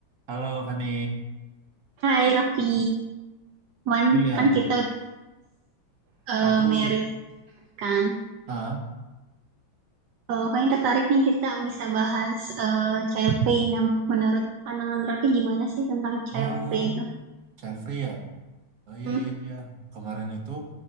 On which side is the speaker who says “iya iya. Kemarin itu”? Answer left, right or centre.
Right